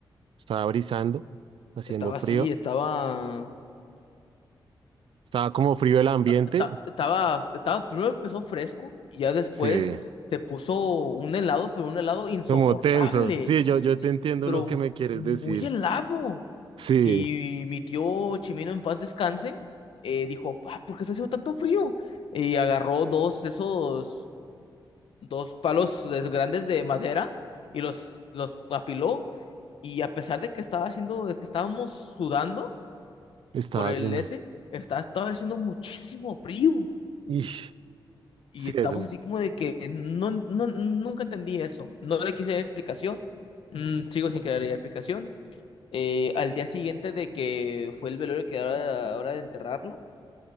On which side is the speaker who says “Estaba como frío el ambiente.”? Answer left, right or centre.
Right